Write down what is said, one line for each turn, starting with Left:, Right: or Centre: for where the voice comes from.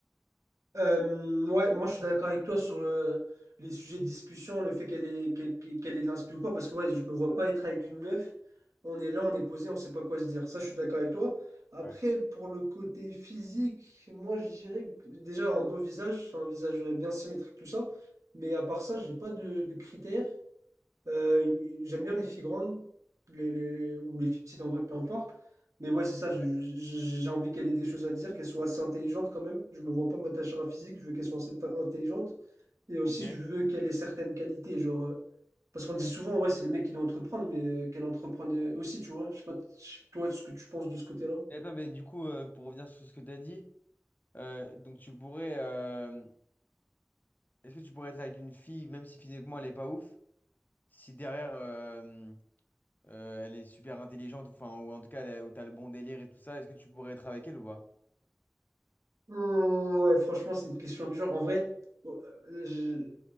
Right: Euh, ouais, moi je suis d'accord avec toi sur euh, les sujets de discussion, le fait qu'elle ait, qu'elle, qu'elle qu'elle ait de l'inspi ou quoi, parce que ouais, je me vois pas être avec une meuf. On est là, on est posé, on sait pas quoi se dire. Ça, je suis d'accord avec toi. Après,
Left: Ouais.
Right: pour le côté physique, moi je dirais que déjà un beau visage, un visage bien symétrique, tout ça. Mais à part ça, j'ai pas de, de critères. Euh, une- j'aime bien les filles grandes, les, les- ou les filles petites en vrai, peu importe. Mais ouais, c'est ça,
Left: Ouais.
Right: je- je- j'ai envie qu'elle ait des choses à dire, qu'elle soit assez intelligente quand même. Je me vois pas m'attacher à un physique, je veux qu'elle soit assez t- intelligente. Et aussi,
Left: Ok. Et
Right: je veux qu'elle ait certaines qualités, genre... euh, Parce qu'on dit souvent, ouais, c'est les mecs qui doivent entreprendre, mais euh, qu'elle entreprenne euh, aussi, tu vois. Je sais pas, t- toi, ce que tu penses de ce côté-là.
Left: attends, mais du coup, euh, pour revenir sur ce que tu as dit, euh, donc tu pourrais, euh, est-ce que tu pourrais être avec une fille, même si physiquement elle est pas ouf, si derrière euh, euh, elle est super intelligente, enfin, ou en tout cas elle a- où t'as le bon délire et tout ça, est-ce que tu pourrais être avec elle ou pas?
Right: Hum, ouais, franchement, c'est une question dure. En vrai, oh, euh, je-